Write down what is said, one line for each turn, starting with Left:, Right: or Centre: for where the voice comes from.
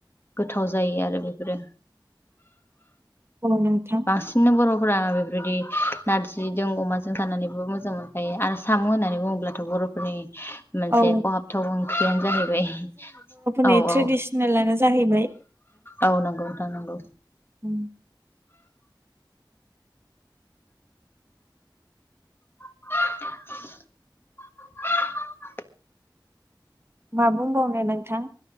Left: गोथाव जायो आरो बेफोरो
Right: औ नोंथां
Left: बांसिननो बर'फोरा बेफोरबायदि नारजिजों अमाजों जानानैबो मोजां मोनखायो आरो साम' होननानै बुङोब्लाथ' बर'फोरनि मोनसे
Right: औ
Left: खहाबथाव ओंख्रियानो जाहैबाय।
Right: बे
Left: औ
Right: ट्रेडिसनेलानो
Left: औ
Right: जाहैबाय।
Left: औ नांगौ नोंथां नांगौ।
Right: उम
Left: <inaudible>
Right: मा बुंबावनो नोंथां